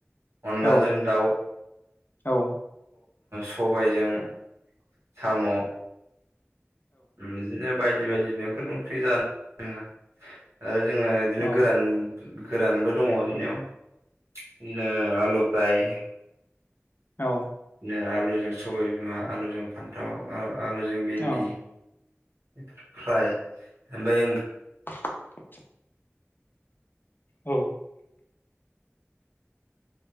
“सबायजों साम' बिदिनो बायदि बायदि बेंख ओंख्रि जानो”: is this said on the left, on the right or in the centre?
Right